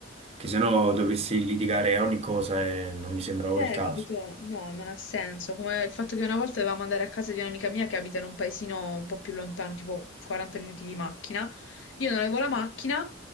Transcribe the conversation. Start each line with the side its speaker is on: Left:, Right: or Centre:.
Right: che sennò dovresti litigare a ogni cosa e non mi sembra proprio
Left: eh,
Right: il caso.
Left: capito? No, non ha senso. Come il fatto che una volta dovevamo andare a casa di un'amica mia che abita in un paesino un po' più lontano, tipo 40 minuti di macchina. Io non avevo la macchina